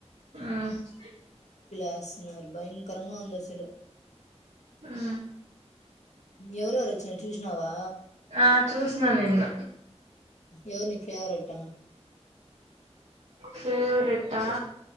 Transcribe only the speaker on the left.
వేస్తున్నారు భయంకరంగా ఉంది అసలు
ఎవరు ఎవరు వచిన్నారు చుసినావా.
ఎవరు నీ ఫేవరెట్ ట్ట